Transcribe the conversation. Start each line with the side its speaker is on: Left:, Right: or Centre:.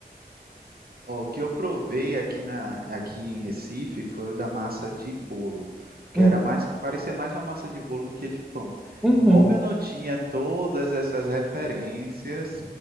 Right: Ó, o que eu provei aqui na aqui em Recife foi o da massa de bolo, porque
Centre: <laughs>
Right: era mais parecia mais uma massa de bolo do que de pão.
Centre: Uhum,
Right: Como
Centre: uhum.
Right: eu não tinha todas essas referências,